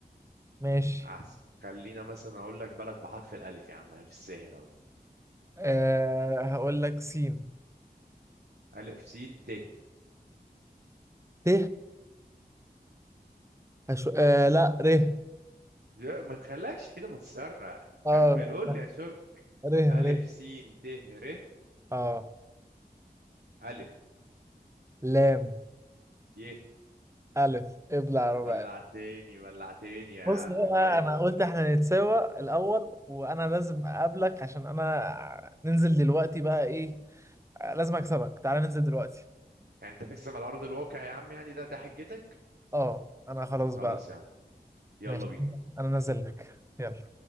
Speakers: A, on the right; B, on the right.
A: ماشي
B: هحس- خلينا مثلا اقول لك بلد بحرف الالف يا عم في السهل اهو
A: آه هقول لك سين
B: الف سين ت
A: ت أشو... آه لا ر
B: يا ما تخلكش كده متسرع
A: اه
B: كمل قول لي يا شوب
A: ر
B: ألف
A: ر
B: سين ت ر
A: اه
B: ألف
A: لام
B: يه
A: ألف ابلع ربع
B: بلعتني بلعتني يا
A: بص
B: عم
A: بقى
B: ماشي
A: انا قلت احنا نتساوى الاول وانا لازم اقابلك عشان انا ننزل دلوقتي بقى ايه لازم اكسبك تعالى ننزل دلوقتي
B: يعني انت تكسب على أرض الواقع يا عم يعني ده ده حجتك
A: اه انا خلاص بقى
B: خلاص يا عم يلا
A: ماشي
B: بينا
A: انا نازل لك يلا